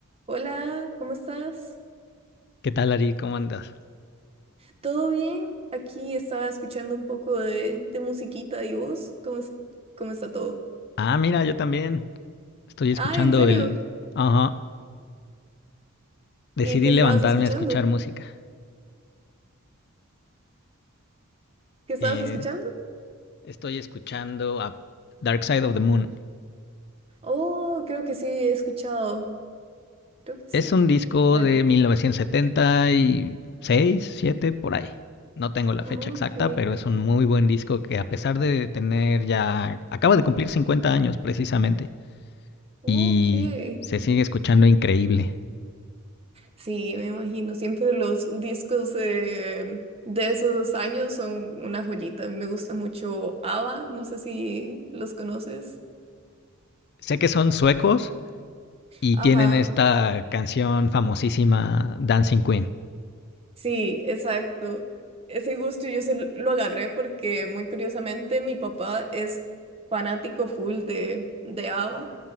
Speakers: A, on the right; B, on the left.
A: Hola, ¿cómo estás?
B: ¿Qué tal, Ari? ¿Cómo andas?
A: ¿Todo bien? Aquí estaba escuchando un poco de, de musiquita y vos, ¿cómo es- cómo está todo?
B: Ah, mira, yo también estoy escuchando
A: Ah, ¿en serio?
B: el... Ajá, decidí
A: ¿Y qué estabas
B: levantarme
A: escuchando?
B: a escuchar música.
A: ¿Qué estabas
B: Eh,
A: escuchando?
B: estoy escuchando a Dark Side of the Moon.
A: Oh, creo que sí, he escuchado. Creo que sí.
B: Es un disco
A: Me suena.
B: de mil novecientos setenta y seis, siete por ahí. No tengo la
A: Ok,
B: fecha exacta, pero es un muy buen disco que a pesar de tener ya... Acaba de cumplir 50 años precisamente
A: ok.
B: y se sigue escuchando increíble.
A: Sí, me imagino. Siempre los discos eh, de esos años son una joyita. Me gusta mucho ABBA, no sé si los conoces.
B: Sé que son suecos, Y
A: Ajá.
B: tienen esta canción famosísima Dancing Queen.
A: Sí, exacto. Ese gusto yo se lo lo agarré porque muy curiosamente mi papá es fanático full de, de ABBA,